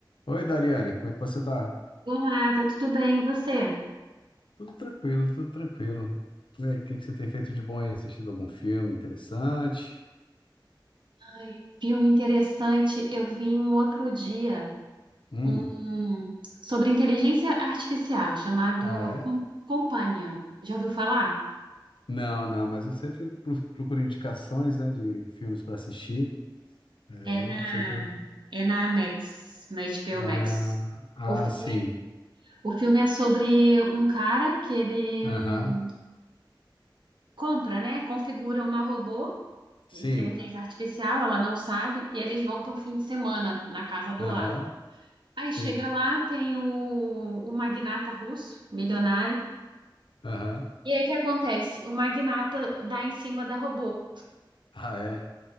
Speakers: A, on the left; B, on the right.
A: Oi, Dariane, como é que você tá?
B: Olá, tá tudo bem? E você?
A: Tudo tranquilo, tudo tranquilo. E aí, O que que você tem feito de bom aí? Assistido algum filme interessante?
B: Ai, filme interessante. Eu vi um outro dia
A: Hum,
B: um sobre inteligência artificial chamado
A: ah, é?
B: Com- Companion. Já ouviu falar?
A: Não, não, mas eu sempre pro- procuro indicações, né, de filmes para assistir. É,
B: É
A: Eu
B: na
A: sempre.
B: é na Max, na HBO
A: Ah,
B: Max.
A: ah,
B: O filme,
A: sim.
B: o filme é sobre um cara que ele
A: Aham,
B: hum, compra, né? Configura uma robô,
A: sim.
B: inteligência artificial, ela não sabe, e eles vão para um fim de semana na casa do
A: Aham,
B: lago. Aí
A: sim.
B: chega lá, tem o, o magnata russo, milionário.
A: Aham.
B: E aí o que acontece? O magnata dá em cima da robô.
A: Ah, é.